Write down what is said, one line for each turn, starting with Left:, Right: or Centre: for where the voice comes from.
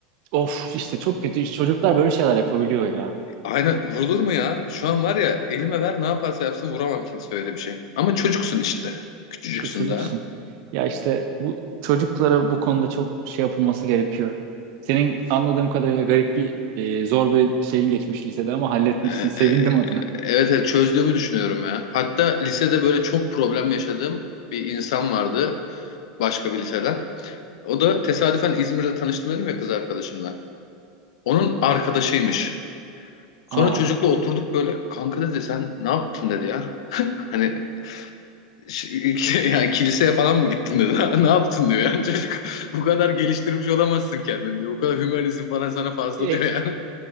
Right: Of işte çok kötü. İşte Çocuklar böyle şeyler yapabiliyor ya.
Left: Aynen vurulur mu ya? Şu an var ya elime ver ne yaparsa yapsın vuramam kimse öyle bir şey. Ama çocuksun işte. Küçücüksün
Right: İşte çocuksun.
Left: daha.
Right: Ya işte bu çocuklara bu konuda çok şey yapılması gerekiyor. Senin anladığım kadarıyla garip bir e, zor bir şeyin geçmiş lisede ama halletmişsin.
Left: Ee, e,
Right: Sevindim adına.
Left: Evet, evet çözdüğümü düşünüyorum ya. Hatta lisede böyle çok problem yaşadığım bir insan vardı başka bir liseden. O da tesadüfen İzmir'de tanıştım dedim ya kız arkadaşımla. Onun arkadaşıymış. Sonra
Right: Aa.
Left: çocukla oturduk böyle kanka dedi sen ne yaptın dedi ya. Hani ş- <laughs> yani kiliseye falan mı gittin dedi. <laughs> Ne yaptın diyor yani çocuk. <laughs> Bu kadar geliştirmiş olamazsın kendini diyor. Bu kadar hümanizm falan sana fazla
Right: E,
Left: diyor yani.